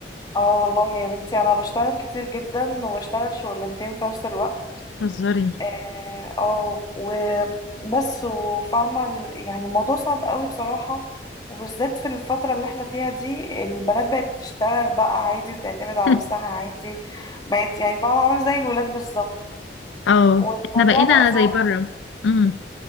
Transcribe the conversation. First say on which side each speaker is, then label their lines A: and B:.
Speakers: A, on the left (about 20°); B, on the left (about 85°).
A: اه والله يا بنتي انا بشتغل كتير جدا وبشتغل شغلانتين في نفس الوقت
B: هزاري
A: اه آه، وبس وفاهمة ال- يعني الموضوع صعب قوي بصراحة وبالذات في الفترة اللي احنا فيها دي البنات بقت تشتغل بقى عادي وتعتمد على
B: <laughs>
A: نفسها عادي بقت يعني فاهمة عاملة زي الولاد بالظبط
B: اه
A: والموضوع
B: احنا بقينا
A: بقى صعب
B: زي بره امم